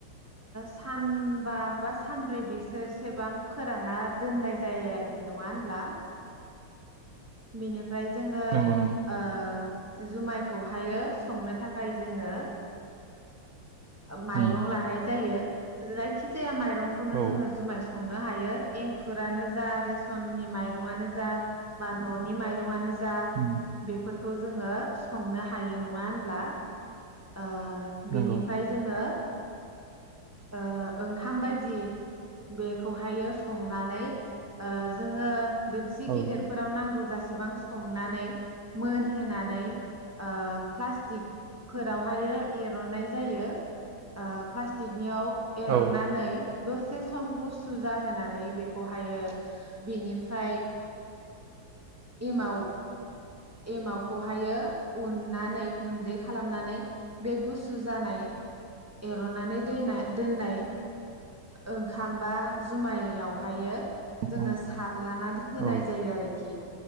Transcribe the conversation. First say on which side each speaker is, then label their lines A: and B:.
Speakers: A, on the right (about 25°); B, on the right (about 75°).
A: सानबा बा सानब्रै बेसोरसेबां फोरानना दोननाय जायो आरोखि नङा होनब्ला बेनि फ्राय जोङो
B: नंगौ नंगौ
A: ओ जुमायखौहायो संनो थाखाय जोङो माइरं
B: उम
A: लानाय जायो जाइखि जाया माइरं खौनो
B: औ
A: जोङो जुमाय सं संनो हायो एंखुरानो जा रेसननि माइरंनो जा बा ननि माइरंआनो जा जा
B: उम
A: बेफोर खौ जोङो संनो हायो नङा होनब्ला ओ
B: नंगौ
A: बेनिफ्राय जोङो ओ ओंखाम बायदि बेखौहायो संनानै जोङो दोबसि
B: औ
A: गिदिरफोराव नांगौ जेसेबां संनानै मोनहोनानै ओ प्लास्टिकफोरावहाय एरननाय जायो प्लास्टिकनियाव एरननानै
B: औ
A: दसे सम गुसु जाहोनानै बेखौहायो बेनिफ्राय एमाव एमावखौहायो उननानै गुन्दै खालामनानै बे गुसु जानाय एरनानै दै दोननाय ओंखाम बा जुमायावहायो
B: ओंखाम
A: जोङो सारलाना होनाय
B: औ
A: जायो आरोखि